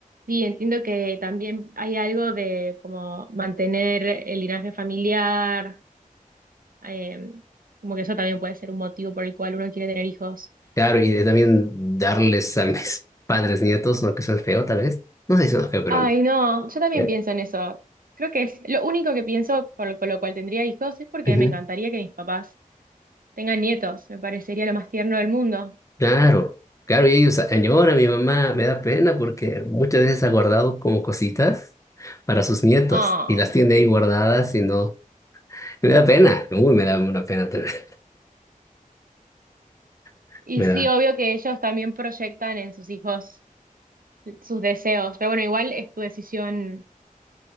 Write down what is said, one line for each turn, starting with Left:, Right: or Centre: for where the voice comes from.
Right: sí, entiendo que también hay algo de como mantener el linaje familiar, eh, como que eso también puede ser un motivo por el cual uno quiere tener hijos.
Left: Claro, y de también darles a mis <laughs> padres nietos, aunque suene feo tal vez. No sé si suena feo, pero...
Right: Ay, no, yo también
Left: eh,
Right: pienso en eso. Creo que es lo único que pienso por, por lo cual tendría hijos es porque
Left: ujú.
Right: me encantaría que mis papás tengan nietos. Me parecería lo más tierno del mundo.
Left: Claro, claro, y ellos añoran, mi mamá me da pena porque muchas veces ha guardado como cositas para sus nietos
Right: Ah,
Left: y las tiene ahí guardadas y no... me da pena, uy, me da una pena, terrible, <laughs>
Right: Y
Left: me
Right: sí,
Left: da...
Right: obvio que ellos también proyectan en sus hijos sus deseos. Pero bueno, igual es tu decisión.